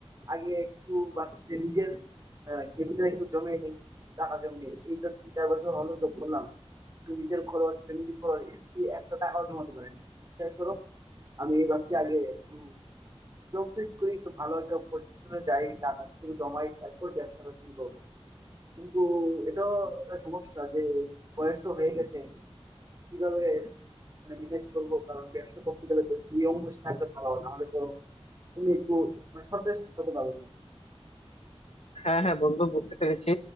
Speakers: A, on the right (about 35°); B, on the left (about 75°).
A: আগে কিছু ভাবছি যে নিজের ক্যাপিটাল একটু জমে নেই কিছু টাকা জমে নেই এই তো তিন চার বছর হলো জব করলাম কিন্তু নিজের খরচ ফ্যামিলি খরচ এসব দিয়ে একটা টাকাও জমাতে পারেনি বিশ্বাস করো আমি এই ভাবছি আগে একটু জব সুইচ করি তো ভালো একটা পজিশনে যাই টাকা কিছু জমাই তারপর ব্যবসাটা শুরু করবো কিন্তু এটা একটা সমস্যা যে বয়স তো হয়ে গেছে কিভাবে মানে ম্যানেজ করবো কারণ ব্যবসা করতে গেলে তো দুই অঙ্গ থাকতে ভালো না হলে তো তুমি একটু মানে সতেজ হতে পারবে না
B: হ্যাঁ হ্যাঁ বন্ধু বুঝতে পেরেছি